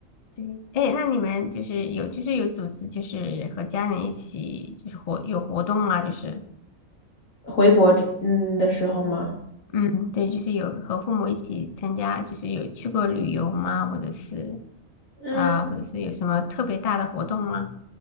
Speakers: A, on the left; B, on the left.
A: 对，哎，那你们就是有，就是有组织，就是和家人一起，就是活有活动吗？就是，
B: 回国之嗯的时候嘛，
A: 嗯，对，就是有和父母一起参加，就是有去过旅游吗？或者是，
B: 嗯
A: 啊、或者是有什么特别大的活动吗？